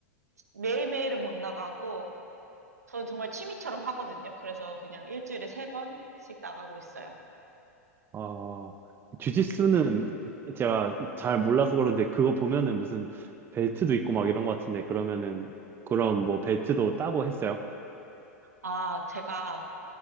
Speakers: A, on the right; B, on the right.
A: 매일매일은 못 나가고 저는 정말 취미처럼 하거든요. 그래서 그냥 일주일에 세 번씩 나가고 있어요.
B: 아, 주짓수는 제가 잘 몰라서 그런데, 그거 보면은 무슨 벨트도 있고 막 이런 것 같은데, 그러면은, 그럼 뭐 벨트도 따고 했어요?
A: 아, 제가